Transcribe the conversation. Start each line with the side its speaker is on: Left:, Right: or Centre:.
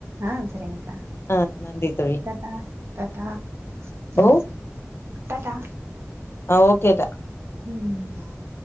Right: ஆ செரிங்கா
Left: ஆ நன்றி தோழி
Right: டாட்டா டாட்டா
Left: ஓ
Right: ம் டாட்டா
Left: ஆ ஓகேடா
Right: ம்